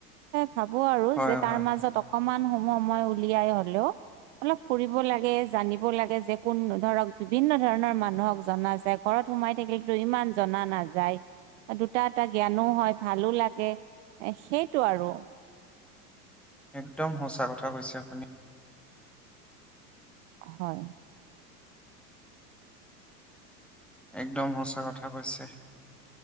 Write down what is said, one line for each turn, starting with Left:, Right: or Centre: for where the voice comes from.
Right: ভাবো আৰু
Centre: হয়
Right: যে তাৰ
Centre: হয়
Right: মাজত অকমান সময় সময় উলিয়াই হলেও অলপ ফুৰিব লাগে জানিব লাগে যে কোন- ধৰক বিভিন্ন ধৰণৰ মানুহক জনা যায় ঘৰত সোমাই থাকিলেতো ইমান জনা নাযায়। এইটোট দুটা এটা জ্ঞানো হয় ভালো লাগে সেইটো আৰু
Centre: একদম সঁচা কথা কৈছে আপুনি
Right: হয়
Centre: একদম সঁচা কথা কৈছে